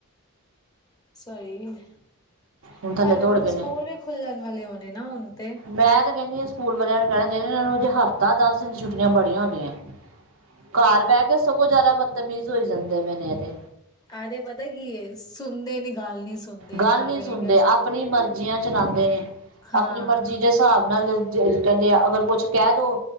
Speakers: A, on the left; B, on the right.
A: ਸਹੀ, ਇਹਨਾਂ
B: ਹੁਣ ਥੱਲੇ ਦੌੜ
A: ਦੇ
B: ਗਏ
A: ਤਾਂ ਸਕੂਲ
B: ਨੇ
A: ਵੀ ਖੁੱਲਣ ਵਾਲੇ ਹੋਣੇ ਨਾ ਹੁਣ ਤੇ।
B: ਮੈਂ ਤੇ ਕਹਿੰਦੀ ਹ ਸਕੂਲ ਵਾਲਿਆਂ ਨੂੰ ਕਹਿਣਾ ਚਾਈਦਾ ਇਹਨਾਂ ਨੂੰ ਹਫ਼ਤਾ, ਦਸ ਦਿਨ ਛੁਟੀਆਂ ਬੜੀਆਂ ਹੁੰਦੀਆਂ। ਘਰ ਬਹਿ ਕੇ ਸਗੋਂ ਜ਼ਿਆਦਾ ਬਦਤਮੀਜ਼ ਹੋਈ ਜਾਂਦੇ ਨੇ ਏਹ ਤੇ।
A: ਆਦੇ ਪਤਾ ਕੀ ਏ ਸੁਣਦੇ ਨੀ ਗੱਲ ਨੀ। ਸੁਣਦੇ
B: ਗੱਲ
A: ਘਰ
B: ਨਹੀਂੀ
A: ਬਹਿ
B: ਸੁਣਦੇ
A: ਕੇ ਹਾਂ।
B: ਆਪਣੀ ਮਰਜ਼ੀਆਂ ਚਲਾਉਂਦੇ ਨੇ
A: ਹਾਂ,
B: ਆਪਣੀ ਮਰਜ਼ੀ ਦੇ ਹਿਸਾਬ ਨਾਲ ਕਹਿੰਦੇ ਆ ਅਗਰ ਕੁਛ ਕਹਿ ਦੋ